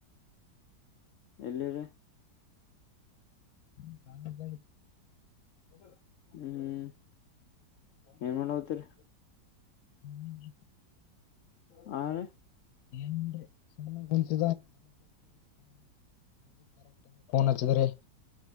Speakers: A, on the left; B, on the left.
A: ಎಲ್ಲಿರೇ.
B: <inaudible>
A: ಹ್ಮ್ ಏನ್ ಮಾಡುವತಿರಿ.
B: <inaudible>
A: ಹಾರೀ.
B: <unintelligible> ಫೋನೇ ಹಚ್ಚಿದ್ರೆ.